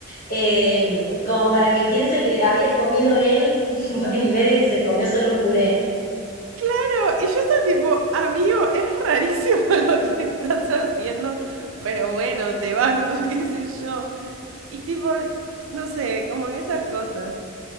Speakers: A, on the left; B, on the right.
A: eh, como para que piense que había comido él <laughs> en vez de que se comió solo un puré.
B: Pero, y yo estaba tipo, amigo, es rarísimo <laughs> lo que estás haciendo, pero bueno, te banco, <laughs> qué sé yo. Y tipo, no sé, como que esas cosas.